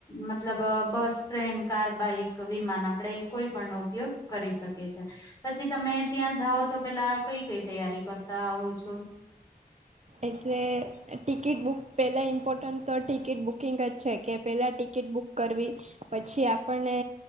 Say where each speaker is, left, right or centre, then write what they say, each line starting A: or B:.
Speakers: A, on the left (about 20°); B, on the right (about 45°).
A: મતલબ બસ ટ્રેન કાર બાઈક વિમાન આપડે કોઈ પણ નો ઉપયોગ કરી શકીએ છે પછી તમે ત્યાં જાઓ તો પેલા કઈ કઈ તૈયારી કર. તા હું છું.
B: એટલે ટિકિટ બુક પેલા ઇમ્પોર્ટન્ટ તો ટિકિટ બુકિંગ જ છે કે પેલા ટિકિટ બુક કરવી પછી આપણને